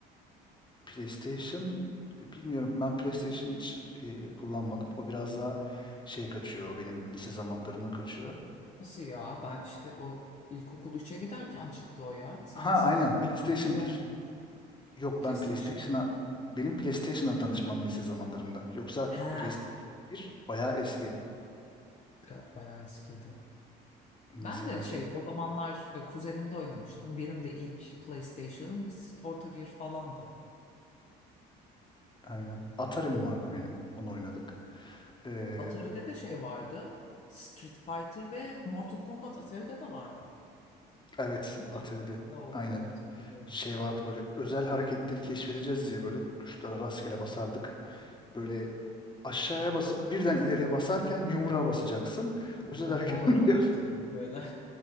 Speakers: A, on the left; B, on the left.
A: PlayStation bilmiyorum. Ben PlayStation hiç e, kullanmadım. O biraz daha şey kaçıyor. Benim lise zamanlarıma kaçıyor.
B: Nasıl ya? Ben işte o ilkokul 3'e giderken çıktı o ya. Sen
A: Ha
B: seksenden
A: aynen. PlayStation
B: bir yaş
A: bir
B: büyüksün.
A: Yok
B: PlayStation
A: ben PlayStation'a
B: 1.
A: benim PlayStation'la tanışmam lise zamanlarımda. Yoksa
B: Ha,
A: PlayStation bir bayağı eski.
B: evet, bayağı eskiydi o.
A: Mesela
B: Ben de
A: şey
B: şey o zamanlar e, kuzenimde oynamıştım. Benim de ilk PlayStation'ım biz orta bir falandı.
A: aynen. Atari'm vardı benim. Onu oynadık. Ee,
B: Atari'de de şey vardı. Street Fighter ve Mortal Kombat Atari'de de vardı.
A: evet
B: Değil
A: Atari'de
B: mi? Yo,
A: aynen.
B: evet hatırlıyorum.
A: Şey vardı
B: Aynen.
A: böyle özel hareketleri keşfedeceğiz diye böyle tuşlara rastgele basardık. Böyle aşağıya basıp birden ileriye basarken yumruğa basacaksın. Özel
B: Kombolar
A: hareket
B: oluşturuyorduk
A: <laughs> yap.
B: öyle.